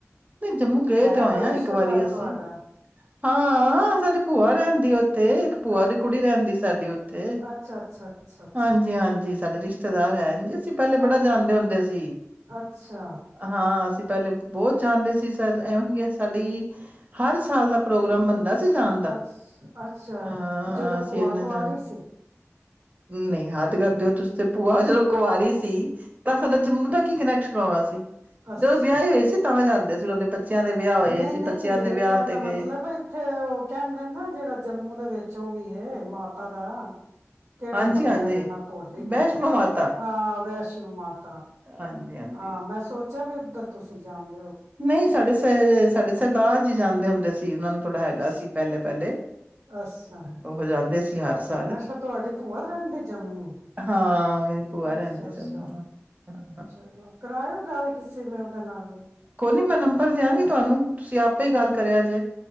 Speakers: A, on the right; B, on the right.
A: ਨਹੀਂ ਜੰਮੂ ਗਏ
B: ਹੈ
A: ਤੇ ਆਏਆ
B: ਕੋਈ ਰਿਸ਼ਤੇਦਾਰ
A: ਇੱਕ ਵਾਰੀ ਅਸੀਂ
B: ਤੁਹਾਡਾ
A: ਹਾਂ ਸਾਡੀ ਭੂਆ ਰਹਿੰਦੀ ਉੱਥੇ ਭੂਆ
B: ਅੱਛ
A: ਦੀ ਕੁੜੀ ਰਹਿੰਦੀ ਸਾਡੀ ਉੱਥੇ
B: ਅੱਛਾ ਅੱਛਾ ਅੱਛਾ
A: ਹਾਂਜੀ ਹਾਂਜੀ ਸਾਡੇ ਰਿਸ਼ਤੇਦਾਰ ਹੈ ਇੰਝ ਅਸੀਂ ਪਹਿਲੇ ਬੜਾ
B: ਅੱਛਾ ਅ
A: ਜਾਣਦੇ ਹੁੰਦੇ ਸੀ
B: ਅੱਛਾ
A: ਹਾਂ ਅਸੀਂ ਪਹਿਲੇ ਬਹੁਤ ਜਾਣਦੇ ਸੀ ਸਰ ਐਵੇਂ ਕਿਹਾ ਸਾਡੀ ਹਰ ਸਾਲ ਦਾ ਪ੍ਰੋਗਰਾਮ ਬਣਦਾ। ਸੀ ਜਾਣ ਦਾ।
B: ਅੱਛ ਅੱਛਾ
A: ਹਾਂ
B: ਜਦੋਂ
A: ਅਸੀਂ
B: ਭੂਆ
A: ਇਨਾ
B: ਕੁਆਰੀ
A: ਜਾਦੇ
B: ਸੀ
A: ਨਹੀਂ ਹੱਦ ਕਰ ਦਿਓ। ਤੇ ਭੂਆ ਜਦੋਂ ਕੁਵਾਰੀ ਸੀ ਤਾਂ ਸਾਡਾ ਜੰਮੂ ਦਾ ਕੀ ਕਨੈਕਸ਼ਨ ਆਣਾ ਸੀ
B: ਅੱਛਾ
A: ਜਦੋਂ ਵਿਆਹ ਹੀ ਹੋਏ ਸੀ ਤਾਂ ਜਾਂਦੇ ਸੀ ਉਹਨਾਂ ਦੇ ਬੱਚਿਆਂ ਦੇ ਵਿਆਹ ਹੋਏ
B: ਨਹੀਂ
A: ਜੀ
B: ਨਹੀਂ
A: ਬੱਚਿਆਂ
B: ਮੇਰੇ
A: ਦੇ ਵਿਆਹ
B: ਕਹਿਣ
A: ਤੇ
B: ਦਾ
A: ਗਏ।
B: ਮਤਲਬ ਇੱਥੇ ਉਹ ਕਹਿੰਦੇ ਨਾ ਜਿਹੜਾ ਜੰਮੂ ਉਹਦੇ ਵਿੱਚ ਉਹ ਵੀ ਇਹ ਮਾਤਾ ਦਾ ਕਿਹੜਾ
A: ਹਾਂਜੀ-ਹਾਂਜੀ,
B: ਮੰਦਿਰ ਮੈਂ ਭੁੱਲ ਗਈ
A: ਵੈਸ਼ਨੋ
B: ਹਾਂ
A: ਮਾਤਾ
B: ਹਾਂ ਵੈਸ਼ਨੋ ਮਾਤਾ
A: ਹਾਂਜੀ-ਹਾਂਜੀ।
B: ਹਾਂ ਮੈਂ ਸੋਚ ਬੱਚਾ ਵੀ ਉੱਧਰ ਤੁਸੀਂ ਜਾਣਦੇ
A: ਨਹੀਂ ਸਾਡੇ ਸਾਡੇ ਸਰਦਾਰ ਜੀ ਜਾਂਦੇ ਹੁੰਦੇ ਸੀ ਉਹਨਾਂ ਨੂੰ ਥੋੜ੍ਹਾ ਹੈਗਾ
B: ਅੱਛ
A: ਸੀ ਪਹਿਲੇ ਪਹਿਲੇ
B: ਅੱਛਾ
A: ਉਹ ਜਾਂਦੇ ਸੀ। ਹਰ ਸਾਲ।
B: ਅੱਛਾ ਤੁਹਾਡੀ ਭੂਆ ਰਹਿੰਦੇ ਜੰਮੂ
A: ਹਾਂ ਮੇਰੀ ਭੂਆ
B: ਅੱਛਾ
A: ਰਹਿੰਦੀ
B: ਅੱਛਾ
A: ਜੰਮੂ ਹਾਂ ਹਾਂ
B: ਚਲੋ ਕਰਾਓ ਗੱਲ ਕਿਸੇ ਨੇ <unintelligible>
A: ਕੋਈ ਨਹੀਂ ਮੈਂ ਨੰਬਰ ਦਿਆਂਗੀ ਤੁਹਾਨੂੰ ਤੁਸੀ ਆਪੇ ਗੱਲ ਕਰਿਆ ਜੇ